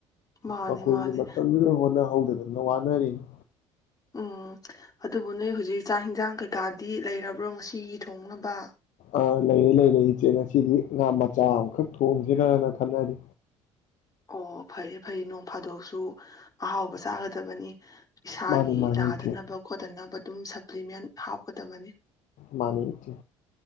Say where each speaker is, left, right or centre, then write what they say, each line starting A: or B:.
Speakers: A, on the left; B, on the left.
A: ꯃꯥꯅꯦ
B: ꯃꯈꯣꯏꯁꯨ
A: ꯃꯥꯅꯦ
B: ꯃꯇꯝꯗꯨꯗ ꯍꯣꯠꯅꯍꯧꯗꯅ ꯋꯥꯅꯔꯤꯅꯤ
A: ꯎꯝ ꯑꯗꯨꯕꯨ ꯅꯣꯏ ꯍꯧꯖꯤꯛ ꯆꯥꯛ ꯍꯤꯟꯖꯥꯡ ꯀꯩꯀꯥꯗꯤ ꯂꯩꯔꯕ꯭ꯔꯣ ꯉꯁꯤ ꯊꯣꯡꯅꯕ
B: ꯑ ꯂꯩꯔ ꯂꯩꯔ ꯏꯆꯦ ꯉꯁꯤꯗꯤ ꯉꯥ ꯃꯆꯥ ꯑꯃꯈꯛ ꯊꯣꯡꯁꯤꯔꯅ ꯈꯟꯅꯔꯤ
A: ꯑꯣ ꯐꯩ ꯐꯩ ꯅꯣꯡ ꯐꯥꯗꯣꯛꯁꯨ ꯑꯍꯥꯎꯕ ꯆꯥꯒꯗꯕꯅꯤ ꯏꯁꯥꯒꯤ
B: ꯃꯥꯅꯤ ꯃꯥꯅꯤ
A: ꯅꯥꯗꯅꯕ
B: ꯏꯆꯦ
A: ꯈꯣꯠꯇꯅꯕ ꯑꯗꯨꯝ ꯁꯛ ꯏꯝꯄ꯭ꯂꯤꯃꯦꯟ ꯍꯥꯞꯀꯗꯕꯅꯤ
B: ꯃꯥꯅꯤ ꯏꯆꯦ